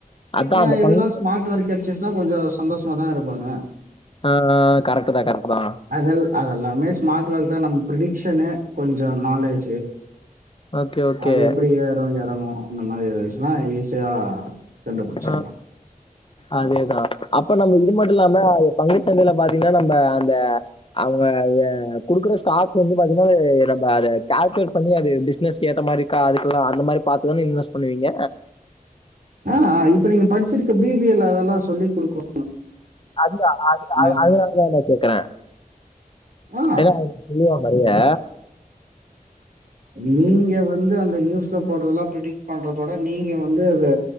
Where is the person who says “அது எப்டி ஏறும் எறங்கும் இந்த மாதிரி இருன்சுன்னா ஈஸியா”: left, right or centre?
Right